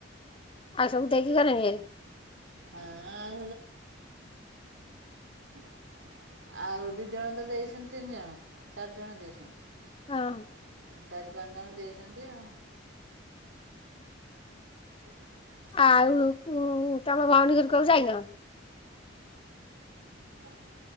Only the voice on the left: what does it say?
ଆଉ ସବୁ ଦେଇକି ଗଲେ <unintelligible>
ହଁ
ଆଉ ତମ ଭଉଣୀ ଘର କୁ ଯାଇନ?